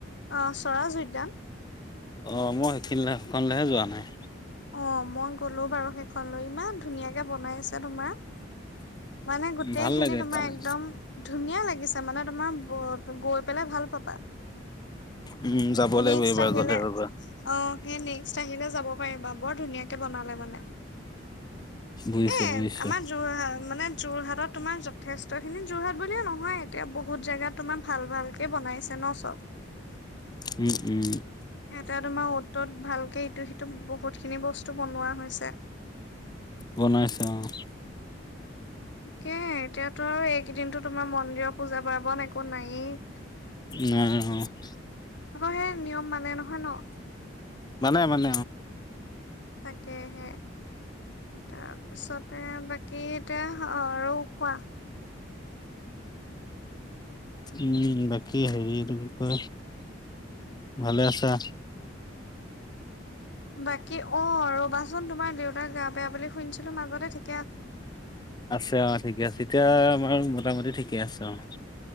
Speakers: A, on the left; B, on the left.
A: অ চৰাজ উদ্যান
B: অ মই সেইখিন সেইখনলেহে যোৱা নাই
A: অ মই গলো বাৰু সেইখন লৈ ইমান ধুনীয়াকে বনাই আছে তোমাৰ মানে গোটেই
B: ভাল
A: খিনি
B: লাগে
A: তোমাৰ
B: তালৈ
A: একদম ধুনীয়া লাগিছে মানে তোমাৰ ব ত গৈ পেলাই ভাল পাবা
B: উম যাব লাগিব
A: নেক্সট
B: এইবাৰ
A: আহ আহিলে
B: গ'লে ৰবা
A: অ হয় নি আহিলে যাব পাৰিবা বৰ ধুনীয়াকে বনালে মানে
B: বুজিছো
A: এ
B: বুজিছো
A: আমাৰ যোৰহাট মানে যোৰহাট। তোমাৰ যথেষ্ট খিনি যোৰহাট বুলিয়ে নহয়। এতিয়া বহুত জেগা তোমাৰ ভাল ভালকে বনাইছে ন চব।
B: উম উম
A: এটা তোমাৰ অটত ভালকে ইটো সিটো বহুত খিনি বস্তু বনোৱা হৈছে।
B: বনাইছে অ'
A: তাকে এতিয়াতো আৰু এইকেইদিনো তোমাৰ মন্দিৰৰ পূজা পাৰ্ব ন একো নায়েই
B: উ <inaudible>
A: হে নিয়ম মানে নহয় ন
B: মানে মান
A: তাকেহে তাৰপাছতে বাকী এতিয়া আহ ৰৌ কোৱা
B: উম বাকী হেৰিত ভালে আছা।
A: বাকী অ' ৰবাচোন তোমাৰ দেউতা গা বেয়া বুলি শুনিছিলো মাজ বতে থ
B: আছে অ' ঠিকে আছে এতিয়া আমাৰ মোটামুটি ঠিকে আছে অ'।